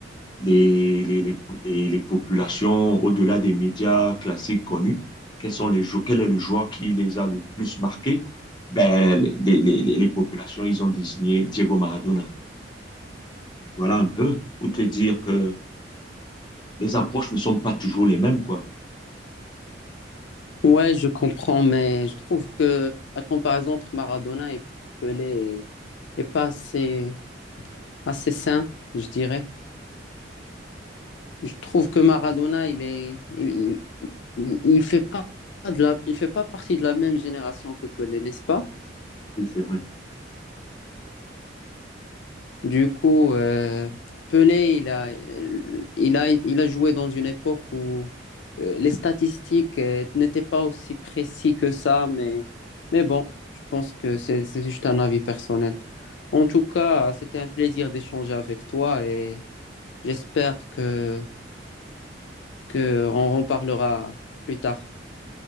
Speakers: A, on the left; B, on the left.
A: les, les, les, les- les populations au-delà des médias classiques connus. Quels sont les jou- quel est le joueur qui les a le plus marqués? Ben, les, les, les- les populations, ils ont désigné Diego Maradona. Donc voilà un peu pour te dire que les approches ne sont pas toujours les mêmes, quoi.
B: Ouais, je comprends, mais je trouve que la comparaison entre Maradona et Pelé est, est pas assez, assez sain, je dirais. Je trouve que Maradona, il est, il, il, il fait pas de la, il fait pas partie de la même génération que Pelé, n'est-ce pas?
A: Oui, c'est vrai.
B: Du coup, euh, Pelé, il a, il a, il a joué dans une époque où euh, les statistiques euh, n'étaient pas aussi précises que ça, mais, mais bon, je pense que c'est c'est juste un avis personnel. En tout cas, c'était un plaisir d'échanger avec toi et j'espère que, que on en reparlera plus tard.